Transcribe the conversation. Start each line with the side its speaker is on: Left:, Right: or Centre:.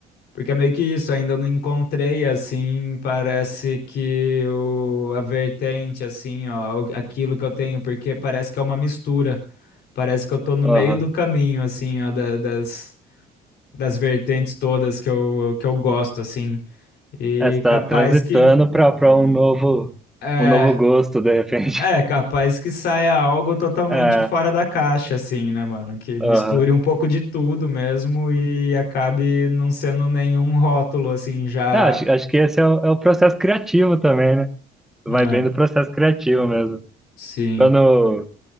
Left: porque é meio que isso, ainda não encontrei, assim, parece que o, a vertente, assim, ó, o- aquilo que eu tenho, porque parece que é uma mistura. Parece que eu tô no
Centre: Aham.
Left: meio do caminho, assim, ó, da- das, das vertentes todas que eu, que eu gosto, assim. E
Centre: É, você tá
Left: capaz
Centre: transitando
Left: que.
Centre: para para um novo
Left: É,
Centre: um novo gosto, de repente.
Left: É,
Centre: <laughs>
Left: capaz que saia algo totalmente
Centre: É,
Left: fora da caixa, assim, né, mano? Que
Centre: aham.
Left: misture um pouco de tudo mesmo e acabe não sendo nenhum rótulo, assim, já.
Centre: É, acho, acho que esse é o, é o processo criativo também, né?
Left: né?
Centre: Vai bem do processo criativo mesmo.
Left: sim,
Centre: Quando